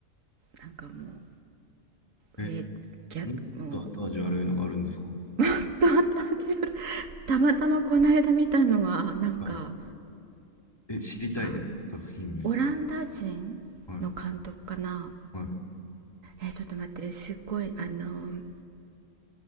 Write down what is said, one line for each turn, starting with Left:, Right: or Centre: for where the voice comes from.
Right: なんかも
Left: え、
Right: う、上、ギ
Left: もっと後味悪いのがあるんですか
Right: ャ、もう、と後味悪い。たまたまこの間見たのは、なんか、
Left: はい。え、知りたいです、
Right: あ、
Left: 作品名。
Right: オランダ人の監督かな。
Left: はい、はい、
Right: え、ちょっと待って、すっごい、あの、